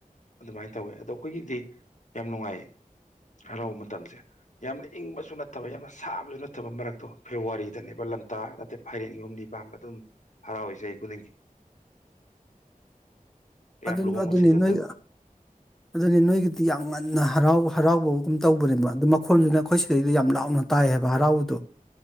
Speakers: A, on the left; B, in the centre.
A: ꯑꯗꯨꯃꯥꯏꯅ ꯇꯧꯋꯦ ꯑꯗꯣ ꯑꯩꯈꯣꯏꯒꯤꯗꯤ ꯌꯥꯝ ꯅꯨꯡꯉꯥꯏꯌꯦ ꯍꯔꯥꯎ ꯃꯇꯝꯁꯦ ꯌꯥꯝꯅ ꯏꯪꯕꯁꯨ ꯅꯠꯇꯕ ꯌꯥꯝꯅ ꯁꯥꯕꯁꯨ ꯅꯠꯇꯕ ꯃꯔꯛꯇꯣ ꯐꯦꯕꯋꯥꯔꯤꯗꯅꯦꯕ ꯂꯝꯇꯥ ꯅꯠꯇꯦ ꯐꯥꯏꯔꯦꯟꯒꯤ ꯍꯨꯝꯗꯤ ꯄꯥꯟꯕꯥꯝꯕ ꯑꯗꯨꯝ ꯍꯔꯥꯎꯋ ꯆꯍꯤ ꯈꯨꯗꯤꯡꯒꯤ
B: <unintelligible>
A: ꯌꯥꯝ
B: ꯑꯗꯨ
A: ꯂꯨꯍꯣꯡꯕ
B: ꯑꯗꯨꯅꯤ
A: ꯁꯤꯖꯟꯗ
B: ꯅꯣꯏ ꯑꯗꯨꯅꯤ ꯅꯣꯏꯒꯤ ꯌꯥꯝ ꯉꯟꯅ ꯍꯔꯥꯎ ꯍꯔꯥꯎꯕꯒꯨꯝ ꯇꯧꯕꯅꯦꯕ ꯑ ꯃꯈꯣꯟꯗꯨꯅ ꯑꯩꯈꯣꯏ ꯁꯤꯗꯩꯗ ꯌꯥꯝ ꯂꯥꯎꯅ ꯇꯥꯏ ꯍꯥꯏꯕ ꯍꯔꯥꯎꯕꯗꯣ